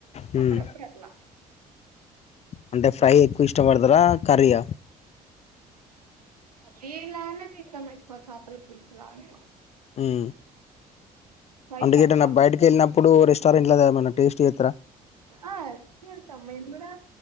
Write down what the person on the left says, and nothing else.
మ్మ్
అంటే ఫ్రై ఎక్కువ ఇష్టపడ్తార కర్రీయ
మ్మ్
అంటే
గేటైనా బయటకి ఎళ్ళినప్పుడు రెస్టారెంట్లో దెమన్నా టేస్ట్ జేత్తరా